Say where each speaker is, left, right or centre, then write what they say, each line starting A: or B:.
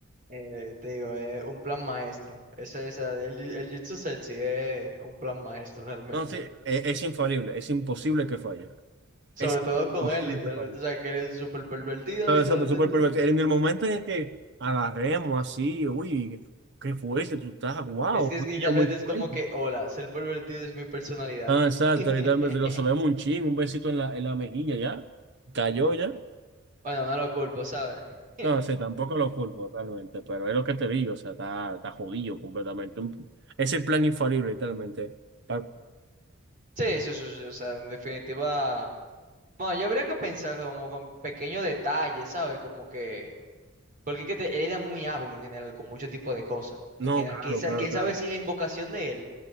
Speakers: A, on the right (about 35°); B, on the right (about 55°).
A: Eh, te digo, es un plan maestro. Ese, esa- el, el Jitsu Setsu es un plan maestro realmente.
B: Entonces, e- es, infalible, es imposible que falle.
A: Sobre
B: Es
A: todo con
B: imposible
A: él, literalmente.
B: que falle.
A: O sea, que él es súper pervertido,
B: No,
A: literalmente.
B: exacto, súper pervertido. En el momento en el que agarremos así, uy, qué fuerte tú estás, wow,
A: Es que es que literalmente
B: ya muy fuerte.
A: es como que, hola, ser pervertido es mi personalidad.
B: Ah, exacto,
A: <laughs>
B: literalmente lo solemos un chin, un besito en la, en la mejilla ya, cayó ya.
A: Bueno, no lo culpo, ¿sabes? <laughs>
B: No sé, tampoco lo culpo realmente, pero es lo que te digo, o sea, está, está jodido completamente. Un- Es el plan infalible, literalmente. Pa-
A: Sí, sí, sí, sí, o sea, en definitiva. Bueno, yo habría que pensar como con pequeños detalles, ¿sabes? Como que. Porque es que te- él era muy hábil en general, con mucho tipo de cosas.
B: No,
A: En general,
B: claro,
A: quién sa-
B: claro,
A: quién
B: claro.
A: sabe si la invocación de él.